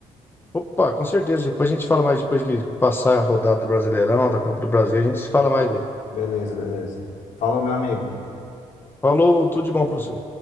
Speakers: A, on the left; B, on the left.
A: Opa, com certeza. Depois a gente fala mais, depois que passar a rodada do Brasileirão, da Copa do Brasil, a gente fala mais aí.
B: Beleza, beleza. Falou, meu amigo.
A: Falou, tudo de bom pra você.